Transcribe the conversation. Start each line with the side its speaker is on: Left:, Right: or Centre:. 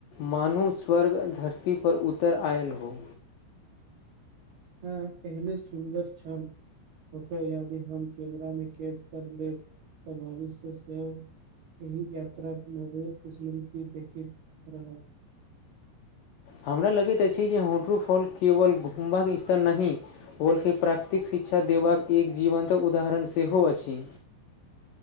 Left: मानू स्वर्ग धरती पर उतर आयल हो
Right: हँ एहने सुन्दर छल फोटो यादि हम कैमरा मे कैद कर लेब तऽ भविष्य सेहो एहि यात्राक मधुर स्मृति दीक्षित रहल
Left: हमरा लगैत अछि जे होट्रू फॉल केवल घुमबाक स्थल नहि बल्कि प्राकृतिक शिक्षा देबाक एक जीवन्त उदाहरण सेहो अछि